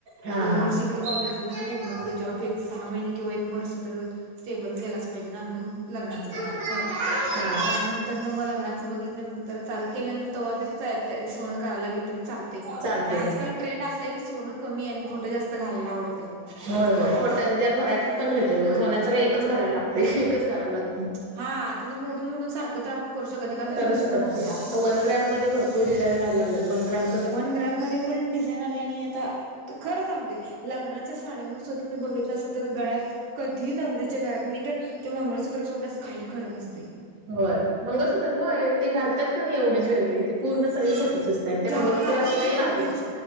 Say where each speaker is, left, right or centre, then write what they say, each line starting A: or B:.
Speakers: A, on the right; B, on the right.
A: हा
B: दोन
A: हा.
B: वर्षे इकडं कॉलेजला जात. तीथन पुढं जॉब, एक सहा महिने किंवा एक वर्ष तर स्टेबल केलाच पाहिजे ना. मंग लग्नाचं
A: हा
B: बघायचं. मग त्यानंतर तर न मग लग्नाचं बघितल्यानंतर, चालू केल्यानंतर, तव्हा जरी चालताय सोन करा लागली तरी चालत तय.
A: चालतय
B: आणि आजकाल ट्रेंड असंय, की सोनं कमी आणि खोटं जास्त घालायला आवडते.
A: होय, हो. खोट्या ज्यात व्हरायटीज पण मिळतय ओ. सोन्याचं काय, एकच घालायला लागते. एकच घालायला लागते.
B: हा तिथं मोडून- मोडून सारखं तर आपण, करू शकत नाही. कारण त्याची
A: करू
B: घसरण
A: शकत
B: होत्या
A: नाही. आता वन ग्रॅम मध्ये भरपूर डिझाइन याय लागल्यात. वन ग्रॅम
B: वन ग्रॅम मध्ये पण डिझाईन आले आणि आता तर खरं सांगते लग्नाच्या साड्या नुस्त तुम्ही बघितलं अस तर गळ्यात कधी नवरीच्या घरात मी तर ते मंगळसूत्र सोडल्यास काही खरं नसतंय.
A: होय मंगळसूत्र होय ते घालतात क नाय एवढी ज्वेलरी ते पूर्ण सगळी खोटीच अस त्या त्यान त्य
B: झा
A: मंगळसूत्र
B: हा ती
A: असते
B: सगळी
A: लई
B: खोटीच
A: नाजूक